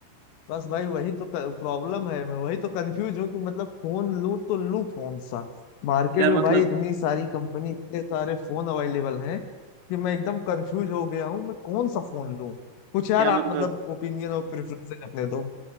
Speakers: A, on the left (about 90°); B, on the right (about 75°).
A: बस भाई वही तो प्रॉब्लम है मैं वही तो कंफ्यूज हूँ कि मतलब फोन लूँ तो लूँ कौन सा मार्केट
B: क्या
A: में
B: मतलब
A: भाई इतनी सारी कंपनी इतने सारे फोन अवेलेबल हैं कि मैं एकदम कंफ्यूज हो गया हूँ मैं कौन सा फोन लूँ कुछ यार
B: क्या
A: आप
B: मतलब
A: मतलब ओपिनियन और प्रेफरेंसेस अपने दो